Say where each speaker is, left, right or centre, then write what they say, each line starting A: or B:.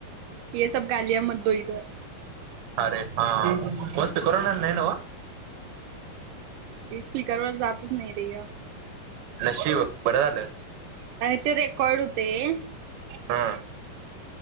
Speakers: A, on the right; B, on the right.
A: ये सब गलिया मत दो इधर!
B: अरे हा मस् कोरोना नाय न्हव?
A: ते स्पीकरवर जातच नाही रे हे!
B: नशीब बरं झालं!
A: आणि ते रेकॉर्ड हुंतय.
B: हा!